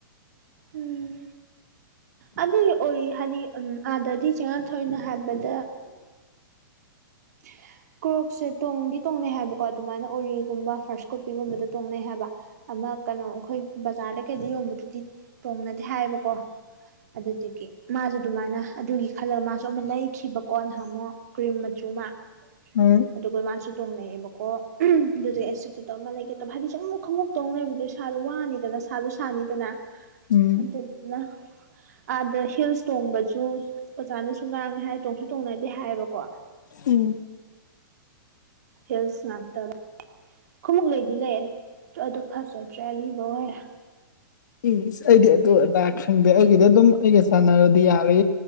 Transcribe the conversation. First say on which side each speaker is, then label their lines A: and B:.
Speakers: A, on the right (about 45°); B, on the left (about 55°).
A: ꯎꯝ ꯑꯗꯨ ꯑꯣꯔꯤ ꯍꯥꯏꯗꯤ ꯎꯝ ꯑꯥꯗꯗꯤ ꯆꯦ ꯉꯥꯟꯊꯣꯏꯅ ꯍꯥꯏꯕꯗ <inaudible> ꯀ꯭ꯔꯣꯛꯁꯦ ꯇꯣꯡꯗꯤ ꯇꯣꯡꯅꯩ ꯍꯥꯏꯕꯀꯣ ꯑꯗꯨꯃꯥꯏꯅ ꯎꯔꯤꯒꯨꯝꯕ ꯐꯥꯔꯁ ꯀꯣꯄꯤꯒꯨꯝꯕꯗ ꯇꯣꯡꯅꯩ ꯍꯥꯏꯕ ꯑꯃ ꯀꯩꯅꯣ ꯑꯩꯈꯣꯏ ꯕꯖꯥꯔꯗ ꯀꯩꯗ ꯌꯣꯟꯕꯗꯨꯗꯤ ꯇꯣꯡꯅꯗꯦ ꯍꯥꯏꯌꯦꯕꯀꯣ ꯑꯗꯨꯗꯒꯤ ꯃꯥꯖꯨ ꯑꯗꯨꯃꯥꯏꯅ ꯑꯗꯨꯒꯤ ꯈꯜꯂꯒ ꯃꯥꯁꯨ ꯑꯃ ꯂꯩꯈꯤꯕꯀꯣ ꯅꯍꯥꯃꯣꯛ ꯀ꯭ꯔꯤꯝ ꯖꯨꯃꯥ
B: ꯎꯝ
A: ꯑꯗꯨꯒ ꯃꯥꯁꯨ ꯇꯣꯡꯅꯩꯑꯌꯦꯕꯀꯣ ꯑꯗꯨꯗꯩ ꯑꯩꯁꯨ ꯇꯨꯗꫭ ꯑꯃ ꯂꯩꯒꯦ ꯇꯧꯕ ꯍꯥꯏꯗꯤ ꯁꯨꯝ ꯈꯨꯎꯛ ꯇꯣꯡꯅꯩꯕꯗꯨ ꯏꯁꯥ ꯋꯥꯅꯤꯗꯅ ꯁꯥꯁꯨ ꯁꯥꯅꯤꯗꯅ
B: ꯎꯝ
A: ꯑꯗꯨꯗꯨꯅ ꯑꯥꯗ ꯍꯤꯜꯁ ꯇꯣꯡꯕꯖꯨ ꯑꯣꯖꯥꯅꯁꯨ ꯉꯥꯡꯉꯦ ꯍꯥꯏ ꯇꯣꯡꯁꯨ ꯇꯣꯡꯅꯗꯦ ꯍꯥꯏꯕꯀꯣ
B: ꯎꯝ
A: ꯍꯤꯜꯁ ꯉꯥꯛꯇ ꯂꯩ ꯈꯃꯨꯛ ꯂꯩꯗꯤ ꯂꯩ ꯑꯗꯨ ꯐꯖꯗ꯭ꯔꯦ ꯑꯔꯤꯕ ꯑꯣꯏꯔꯦ
B: ꯏꯁ ꯑꯩꯗꯤ ꯑꯗꯨ ꯑꯗꯥ ꯈꯪꯗꯦ ꯑꯩꯒꯤꯗꯤ ꯑꯗꯨꯝ ꯑꯩꯒ ꯆꯥꯟꯅꯔꯗꯤ ꯌꯥꯔ